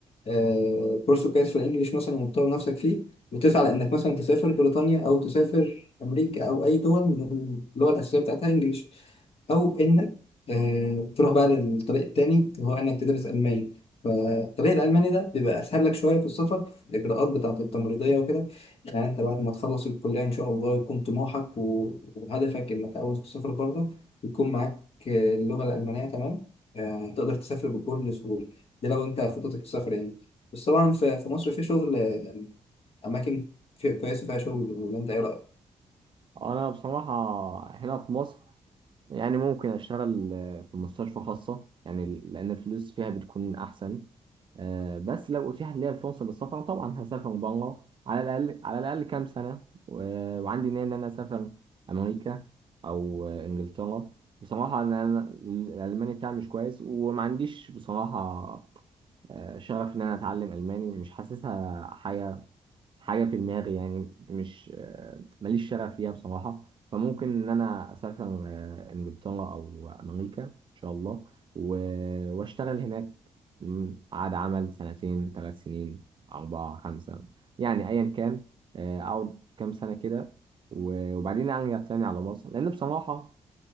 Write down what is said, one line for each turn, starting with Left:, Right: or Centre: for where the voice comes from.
Left: آه، كورس كويس في الانجليش مثلا وتطور نفسك فيه وتسعى لانك مثلا تسافر بريطانيا او تسافر امريكا او اي دول من اللغه الاساسيه بتاعتها انجليش او انك آه، تروح بقى للطريق التاني هو انك تدرس الماني فالطريق الالماني ده بيبقى اسهل لك شويه في السفر الاجراءات بتاعه التمريضيه وكده يعني انت بعد ما تخلص الكليه ان شاء الله يكون طموحك و- وهدفك انك عاوز تسافر بره يكون معاك آه، اللغه الالمانيه تمام آه، تقدر تسافر بكل سهوله ده لو انت خطتك السفر يعني بس طبعا في في مصر في شغل آه، يعني اماكن في- كويسه فيها شغل ولا انت ايه رايك؟
Right: انا بصراحه هنا في مصر يعني ممكن اشتغل آه، في مستشفى خاصة يعني ال- لان الفلوس فيها بتكون احسن آه، بس لو اتيحت لي الفرصة للسفر طبعا هسافر بره على الاقل على الاقل كام سنة و- وعندي نية ان انا اسافر امريكا او آه، انجلترا بصراحة انا أنا الالماني بتاعي مش كويس وما عنديش بصراحة آه، شغف ان انا اتعلم الماني مش حاسسها حاجة حاجة في دماغي يعني مش آه، ماليش شغف ليها بصراحة فممكن إن أنا أسافر آه، إنجلترا أو أمريكا إن شاء الله و- وأشتغل هناك مم، عقد عمل سنتين ثلاث سنين أربعة خمسة يعني أيا كان آه، أقعد كام سنة كده و- وبعدين أرجع تاني على مصر لأن بصراحة